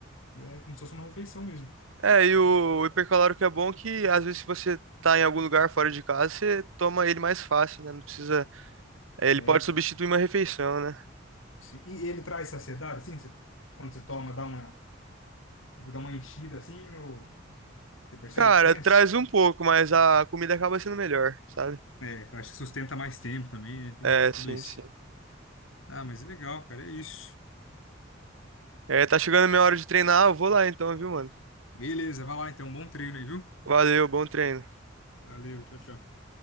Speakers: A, on the left; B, on the right.
A: e é como se fosse uma refeição mesmo.
B: É, e o hipercalórico que é bom que às vezes se você tá em algum lugar fora de casa, você toma ele mais fácil, né? Não precisa. é, Ele
A: É,
B: pode
A: então.
B: substituir uma refeição, né?
A: Se- E ele traz saciedade, assim, você- quando você toma, dá uma, tipo, dá uma enchida assim, ou você percebe
B: Cara,
A: a diferença?
B: traz um pouco, mas a comida acaba sendo melhor, sabe?
A: É, eu acho que sustenta mais tempo também, né? Tem
B: É, sim,
A: tudo isso.
B: sim.
A: Ah, mas é legal, cara, é isso.
B: É, tá chegando a minha hora de treinar, eu vou lá então, viu, mano?
A: Beleza, vai lá então, bom treino aí, viu?
B: Valeu, bom treino.
A: Valeu, tchau, tchau.